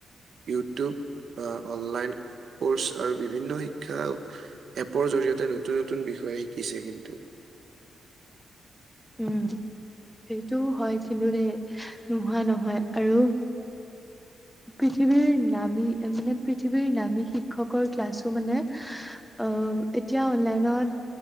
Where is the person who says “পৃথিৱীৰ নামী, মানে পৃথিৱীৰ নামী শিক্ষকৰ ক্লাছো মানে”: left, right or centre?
Centre